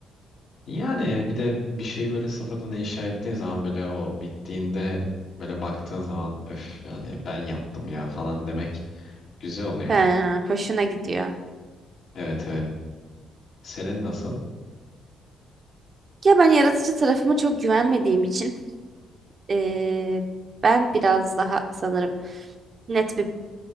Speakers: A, on the left; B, on the right.
A: Yani bir de bir şeyi böyle sıfırdan inşa ettiğin zaman böyle o bittiğinde böyle baktığın zaman öf yani ben yaptım ya falan demek güzel oluyor.
B: He, hoşuna gidiyor.
A: Evet evet. Senin nasıl?
B: Ya ben yaratıcı tarafıma çok güvenmediğim için eee, ben biraz daha sanırım net bir